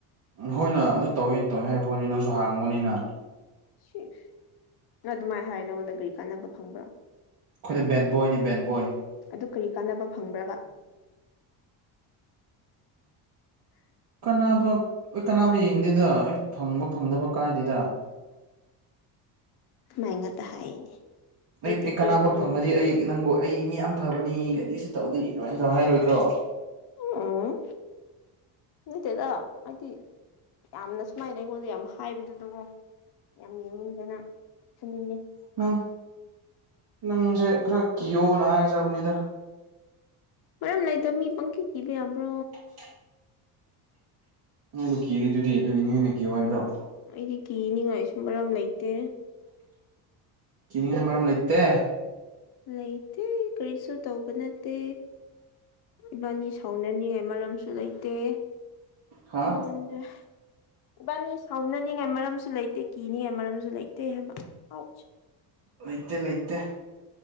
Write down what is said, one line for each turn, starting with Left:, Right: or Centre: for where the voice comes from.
Right: ꯍꯣꯏ ꯅ ꯑꯗꯨ ꯇꯧꯋꯤ ꯇꯧꯏ ꯍꯥꯏꯕꯣꯅꯤ ꯅꯪꯁꯨ ꯍꯥꯡꯕꯅꯤꯅ
Left: ꯁꯤ ꯅꯪ ꯑꯗꯨꯃꯥꯏꯅ ꯍꯥꯏ ꯅꯪꯉꯣꯟꯗ ꯀꯔꯤ ꯀꯥꯟꯅꯕ ꯐꯪꯕ꯭ꯔꯥ
Right: ꯈꯣꯏꯅ ꯕꯦꯠꯕꯣꯏꯅꯦ ꯕꯦꯠ ꯕꯣꯏ
Left: ꯑꯗꯨ ꯀꯔꯤ ꯀꯥꯟꯅꯕ ꯐꯪꯕ꯭ꯔꯥꯕ <inaudible>
Right: ꯀꯥꯅꯕ ꯀꯥꯅꯕ ꯌꯦꯡꯗꯦꯗ ꯑꯩ ꯐꯪꯕ ꯐꯪꯗꯕ ꯀꯥꯏꯗꯦꯗ
Left: ꯃꯥꯢꯉꯥꯛꯇ ꯍꯥꯏꯅꯦ ꯑꯩꯗꯤ
Right: ꯑꯩ ꯑꯩ
Left: ꯕꯦꯠ
Right: ꯀꯥꯟꯅꯕ
Left: ꯕꯣꯏ
Right: ꯐꯪꯉꯗꯤ ꯑꯩ ꯅꯪꯕꯨ ꯑꯩ ꯃꯤ ꯌꯥꯝ ꯐꯕꯅꯤ ꯀꯔꯤꯁꯨ ꯇꯧꯗꯤ ꯂꯣꯏꯅ ꯇꯧ ꯍꯥꯏꯔꯣꯏꯗ꯭ꯔꯣ
Left: ꯎꯡ ꯅꯠꯇꯦꯗ ꯍꯥꯏꯗꯤ ꯌꯥꯝꯅ ꯁꯨꯃꯥꯏꯅ ꯑꯩꯉꯣꯟꯗ ꯌꯥꯝ ꯍꯥꯏꯕꯗꯨꯗꯀ‌ꯣ ꯌꯥꯝ ꯌꯦꯡꯅꯤꯡꯗꯦ ꯅꯪ ꯐꯨꯅꯤꯡꯉꯤ
Right: ꯅꯪ ꯅꯪꯖꯦ ꯈꯔ ꯀꯤꯌꯣꯅ ꯍꯥꯏꯖꯕꯅꯤꯗ
Left: ꯃꯔꯝ ꯂꯩꯇ ꯃꯤ ꯄꯪꯀꯤ ꯀꯤꯕ ꯌꯥꯕ꯭ꯔ‌ꯣ
Right: <inaudible> ꯅꯪꯕꯨ ꯀꯤꯔꯤꯗꯨꯗꯤ ꯑꯗꯨꯒꯤꯅꯤ ꯍꯦꯟꯅ ꯀꯤꯌꯣ ꯍꯥꯏꯕꯗꯣ
Left: ꯑꯩꯗꯤ ꯀꯤꯅꯤꯡꯉꯥꯏꯁꯨ ꯃꯔꯝ ꯂꯩꯇꯦ
Right: ꯀꯤꯅꯤꯡꯉꯥꯢ ꯃꯔꯝ ꯂꯩꯇꯦ
Left: ꯂꯩ ꯇꯦ ꯀꯔꯤꯁꯨ ꯇꯧꯕ ꯅꯠꯇꯦ ꯏꯕꯥꯅꯤ ꯁꯥꯎꯅꯅꯤꯡꯉꯥꯏ ꯃꯔꯝꯁꯨ ꯂꯩ ꯇꯦ
Right: ꯍꯥ
Left: ꯅꯪꯉꯣꯟꯗ ꯏꯕꯥꯅꯤ ꯁꯥꯎꯅꯅꯤꯡꯉꯥꯏ ꯃꯔꯝꯁꯨ ꯂꯩꯇꯦ ꯀꯤꯅꯤꯡꯉꯥꯏ ꯃꯔꯝꯁꯨ ꯂꯩꯇꯦ ꯍꯥꯏꯕ ꯑꯥꯎꯠꯁ
Right: ꯂꯩꯇꯦ ꯂꯩꯇꯦ